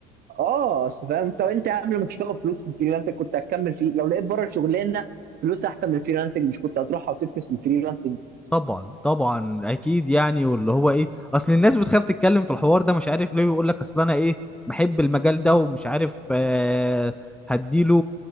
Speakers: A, on the right (about 50°); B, in the centre.
A: اه اصل فاهم انت وانت يا عم لما مش هتاخد فلوس في الفريلانس كنت هتكمل فيه لو لقيت بره الشغلانه فلوس احسن من الفريلانسنج مش كنت هتروحها وتفكس في الفريلانسنج
B: طبعا طبعا اكيد يعني واللي هو ايه اصل الناس بتخاف تتكلم في الحوار ده مش عارف ليه ويقول لك اصل انا ايه بحب المجال ده ومش عارف آه هديله